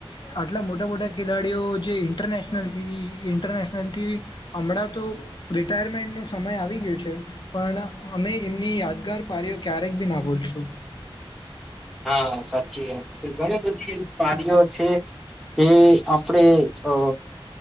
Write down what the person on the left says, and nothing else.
આટલા મોટા મોટા ખેલાડીઓ જે ઇન્ટરેસ્ટ રનેશનલ થી ઇન્ટરનેશનલ થી હમણાં તો રિટાયરમેન્ટનો સમય આવી ગયો છે પણ અમે એમની યાદગાર પાર્યો ક્યારેક બી ના ભૂલીએ. <unintelligible>